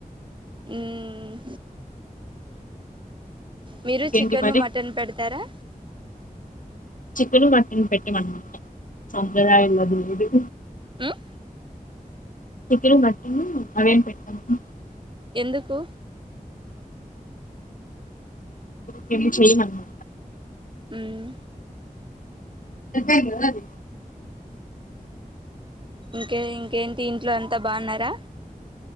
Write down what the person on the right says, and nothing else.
ఉమ్ మీరు
చికెన్,
మటన్ పెడతారా
మ్మ్
ఎందుకు
ఉమ్
ఇంకే ఇంకేంటి ఇంట్లో అంతా బాగున్నారా